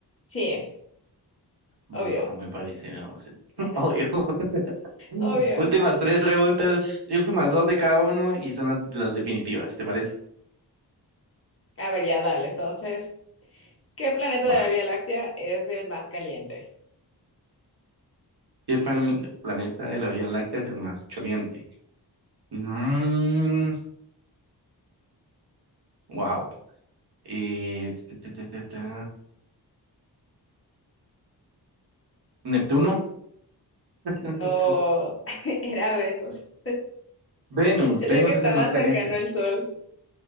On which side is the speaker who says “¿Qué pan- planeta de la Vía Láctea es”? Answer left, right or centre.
Right